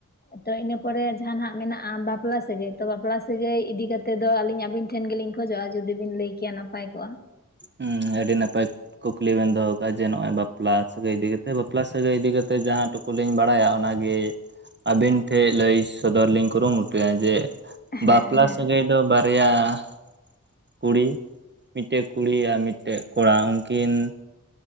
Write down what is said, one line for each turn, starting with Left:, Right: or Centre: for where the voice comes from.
Left: ᱛᱚ ᱤᱱᱟᱹ ᱯᱚᱨᱮ ᱡᱟᱦᱟᱸᱱᱟᱜ ᱢᱮᱱᱟᱜ-ᱟ ᱵᱟᱯᱞᱟ ᱥᱟᱹᱜᱟᱹᱭ ᱛᱚ ᱵᱟᱯᱞᱟ ᱥᱟᱹᱜᱟᱹᱭ ᱤᱫᱤ ᱠᱟᱛ ᱛᱮᱫᱚ ᱟᱹᱞᱤᱧ ᱟᱵᱤᱱ ᱴᱷᱮᱱ ᱜᱮᱞᱤᱧ ᱠᱷᱚᱡᱚᱜ-ᱟ ᱡᱩᱫᱤ ᱵᱤᱱ ᱞᱟᱹᱭ ᱠᱮᱭᱟ ᱱᱟᱯᱟᱭ ᱠᱚᱜ-ᱟ?
Right: ᱦᱩᱸ ᱟᱹᱰᱤ ᱱᱟᱯᱟᱭ ᱠᱩᱠᱞᱤ ᱵᱮᱱ ᱫᱚᱦᱚ ᱠᱟᱜ-ᱟ ᱡᱮ ᱱᱚᱜ-ᱚᱭ ᱵᱟᱯᱞᱟ ᱥᱟᱹᱜᱟᱹᱭ ᱤᱫᱤ ᱠᱟᱛᱮᱫ ᱵᱟᱯᱞᱟ ᱥᱟᱹᱜᱟᱹᱭ ᱤᱫᱤ ᱠᱟᱛᱮ ᱡᱟᱦᱟᱸ ᱴᱩᱠᱩ ᱞᱤᱧ ᱵᱟᱲᱟᱭᱟ ᱚᱱᱟᱜᱮ ᱟᱹᱵᱤᱱ ᱴᱷᱮᱡ ᱞᱟᱹᱭ ᱥᱚᱫᱚᱨ ᱞᱤᱧ ᱠᱩᱨᱩ ᱢᱩᱴᱩᱭᱟ ᱡᱮ
Left: ᱦᱮᱸ
Right: ᱵᱟᱯᱞᱟ
Left: ᱦᱮᱸ
Right: ᱥᱟᱹᱜᱟᱹᱭ ᱫᱚ ᱵᱟᱨᱭᱟ ᱟ ᱠᱩᱲᱤ ᱢᱤᱫᱴᱮᱡ ᱠᱩᱲᱤ ᱭᱟᱜ ᱢᱤᱫᱴᱮᱜ ᱠᱚᱲᱟ ᱩᱱᱠᱤᱱ